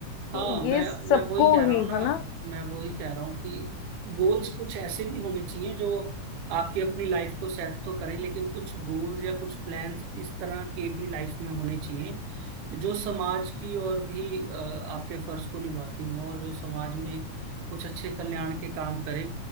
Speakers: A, on the right; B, on the left.
A: हाँ
B: कि
A: मैं
B: ये सबको
A: मैं वही कह रहा
B: ही
A: हूँ ना
B: है ना
A: मैं वही कह रहा हूँ कि गोल्स कुछ ऐसे भी होने चाहिए जो आपकी अपनी लाइफ को सेट तो करे लेकिन कुछ गोल्स या कुछ प्लान्स इस तरह के भी लाइफ में होने चाहिए जो समाज की और भी अ, आपके फर्ज को निभाती हो और जो समाज में कुछ अच्छे कल्याण के काम करे